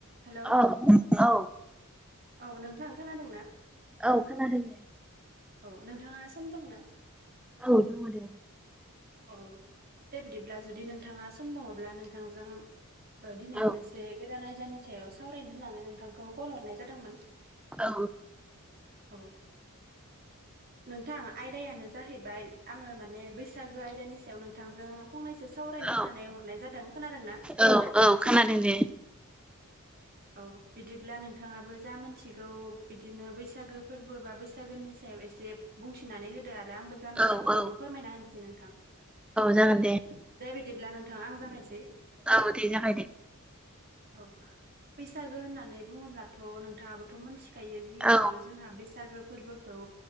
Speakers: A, on the right; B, in the centre.
A: हेलौ
B: औ, औ।
A: औ नोंथां खोनादों ना
B: औ खोनादों दे।
A: औ, नोंथाङा सम दंना?
B: औ दङ दे।
A: औ, दे बिदिब्ला, जुदि नोंथाङा सम दङब्ला नोंथांजों दिनै
B: औ
A: मोनसे गोदान आयदानि सायाव सावरायनो होननानै। नोंथांखौ कल हरनाय जादोंमोन।
B: औ।
A: औ, नोंथां आयदायानो जाहैबाय आङो माने बैसागो आयदानि सायाव नोंथांजों फंनैसो सावरायनो
B: औ
A: होननानै हरनाय जादों। खोनादों ना?
B: औ, औ खोनादों दे।
A: औ बिदिब्ला नों नोंथाङाबो जा मिथिगौ बिदिनो बैसागो फोरबो बा बैसागोनि सायाव एसे बुंथिनानै होदो आरो आंबो जा मिथिगौ
B: औ औ
A: बेखौ फोरमायना होनोसै नोंथां औ
B: जागोन दे
A: दे बिदिब्ला नोंथां आं जानायसै
B: औ दे जाबाय दे
A: औ बैसागो होननानै बुङोब्लाथ' नोंथाङाबोथ' मोनथि खायो जिहेथु
B: औ
A: जोंहा बैसागो फोरबोखौ